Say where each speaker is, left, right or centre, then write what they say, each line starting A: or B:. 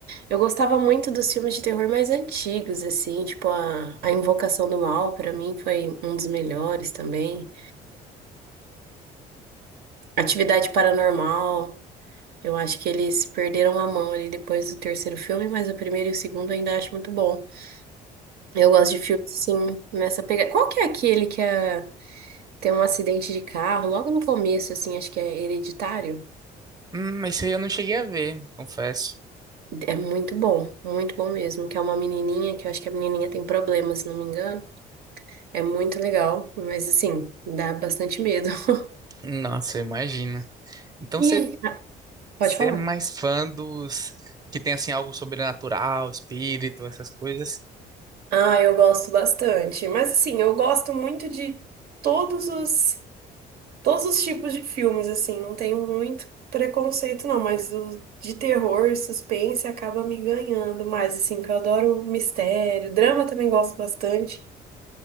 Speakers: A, on the right; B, on the right.
A: Eu gostava muito dos filmes de terror mais antigos, assim, tipo a, a Invocação do Mal, pra mim foi um dos melhores também. Atividade Paranormal, eu acho que eles perderam a mão ali depois do terceiro filme, mas o primeiro e o segundo eu ainda acho muito bom. Eu gosto de filmes, assim, nessa pegada. Qual que é aquele que é- tem um acidente de carro logo no começo, assim, acho que é Hereditário?
B: Hum, isso aí eu não cheguei a ver, confesso.
A: É muito bom, muito bom mesmo. Que é uma menininha, que eu acho que a menininha tem problema, se não me engano. É muito legal, mas assim, dá bastante medo. <laughs>
B: Nossa, imagina. Então
A: E
B: você,
A: aí? Ah, Pode
B: você
A: falar.
B: é mais fã dos que tem assim algo sobrenatural, espírito, essas coisas?
A: Ah, eu gosto bastante. Mas assim, eu gosto muito de todos os todos os tipos de filmes, assim, não tenho muito preconceito não, mas o de terror, suspense acaba me ganhando mais, assim, que eu adoro mistério, drama também gosto bastante.